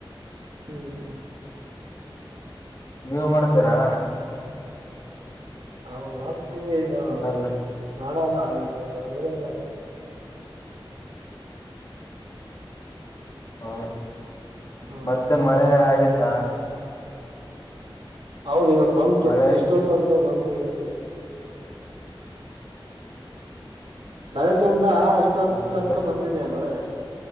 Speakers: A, on the right; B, on the left.
A: ಹ್ಮ್ ಹ್ಮ್
B: ನೀವು ಮಾಡ್ತೀರಾ
A: ನಾ ಮಾಡ್ತೇವಿ ಈಗ
B: ಅಲ್ಲಿ
A: ಮಾಡಲ್ಲ ಈಗ ಬೇರವ್ರ ಯಾಕ
B: ಹೌ
A: ಹ್ಮ್
B: ಮತ್ತೆ ಮಳೆ ಆಗೇತಾ
A: ಹೌದ್ ಇವತ್ ಬಂತು
B: ಮಳೆ
A: ಇಷ್ಟೋತ್ತರ್ಗು ಬಂದು ಹಂಗ ಹೇಳ ಬೆಳಿಗ್ಗೆಯಿಂದ ಇಷ್ಟೊತ್ತು
B: ಇಷ್ಟ
A: ತನಕ ಬಂದಿದೆ ಮಳೆ